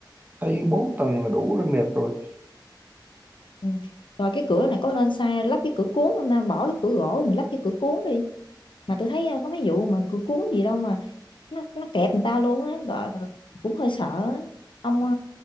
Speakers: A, on the right; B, on the left.
A: xây bốn tầng là đủ rồi mệt rồi
B: Ừ. Rồi cái cửa này có nên sai lắp cái cửa cuốn không ta? Bỏ cái cửa gỗ mình lắp cái cửa cuốn đi. Mà tôi thấy ờ, có mấy vụ mà cửa cuốn gì đâu mà nó nó kẹp người ta luôn á, gọi cũng hơi sợ á. Ông ờ,